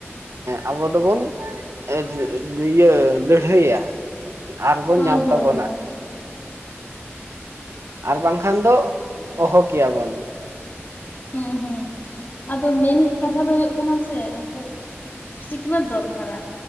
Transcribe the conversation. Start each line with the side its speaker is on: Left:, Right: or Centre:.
Right: ᱟᱵᱚ ᱫᱚᱵᱚᱱ ᱮ ᱤᱭᱟᱹ ᱞᱟᱹᱲᱦᱟᱹᱭᱟ᱾ ᱟᱨᱵᱚᱱ
Left: ᱦᱳᱭ
Right: ᱧᱟᱢ
Left: ᱦᱳᱭ
Right: ᱛᱟᱵᱚᱱᱟ
Left: ᱦᱳᱭ
Right: ᱟᱨ ᱵᱟᱝᱠᱷᱟᱱ ᱫᱚ ᱚᱦᱚᱠᱮᱭᱟᱵᱚᱱ
Left: ᱦᱩᱸ ᱦᱩᱸ ᱟᱫᱚ ᱢᱮᱱ ᱠᱟᱛᱷᱟ ᱫᱚ ᱦᱩᱭᱩᱜ ᱠᱟᱱᱟ ᱥᱮ ᱩᱱᱠᱩ ᱥᱤᱠᱷᱱᱟᱹᱛ ᱫᱚᱨᱠᱟᱨ